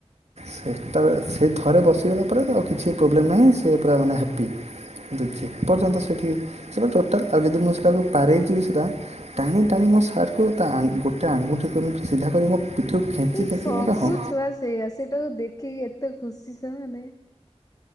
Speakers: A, on the right; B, on the left.
A: ସେତବଳେ ସେଇ ଥରେ ବସିଗଲା ପରେ ଆଉ କିଛି ପ୍ରୋବ୍ଲେମ୍ ନାହିଁ ସେ ପୁରା ମାନେ ହାପି। କିନ୍ତୁ ଯେପର୍ଯ୍ୟନ୍ତ ସେଠି <unintelligible> ଟାଲ ଆଉ ଯଦି ମୁଁ ସେଟାକୁ ପାରେଇ ଯିବି ସେଟା ଟାଣି ଟାଣି ମୋ ସାର୍ଟ। କୁ ତା ଆଙ୍ଗୁ ଗୋଟେ ଆଙ୍ଗୁଠିକୁ ସିଧା କରିକି ମୋ ପିଠିକୁ ଖେଞ୍ଚି
B: ଏ
A: ଖେଞ୍ଚି
B: ସବୁ
A: ମୋତେ ହଁ
B: ଛୁଆ ସେଇଆ ସେଟାକୁ ଦେଖିକି ଏତେ ଖୁସି ସେମାନେ।